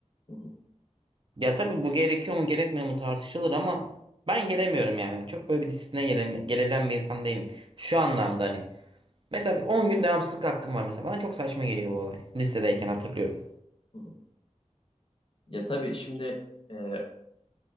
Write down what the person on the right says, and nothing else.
Ya tabii bu gerekiyor mu gerekmiyor mu tartışılır ama ben gelemiyorum yani. Çok böyle bir disipline gele, gelebilen bir insan değilim. Şu anlamda hani. Mesela bir 10 gün devamsızlık hakkım var mesela. Bana çok saçma geliyor bu olay. Lisedeyken
hatırlıyorum.